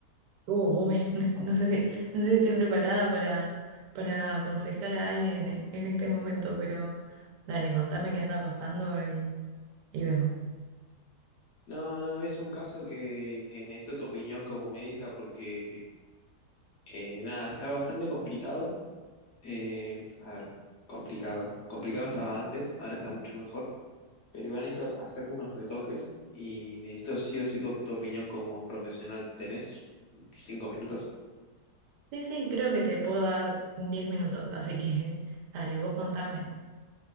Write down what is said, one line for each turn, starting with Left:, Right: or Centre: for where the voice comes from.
Right: Uh, uy, <laughs> no sé si, no sé si estoy preparada para, para aconsejar a alguien eh, en este momento, pero dale, contame qué anda pasando y, y vemos.
Left: No, no, es un caso que, que necesito tu opinión como médica porque eh, nada, está bastante complicado. Eh, a ver, complicado. Complicado estaba antes, ahora está mucho mejor, pero igual necesito hacer unos retoques y necesito sí o sí tu tu opinión como profesional. ¿Tenés cinco minutos?
Right: Sí, sí, creo que te puedo dar 10 minutos, así que <laughs> dale, vos contame.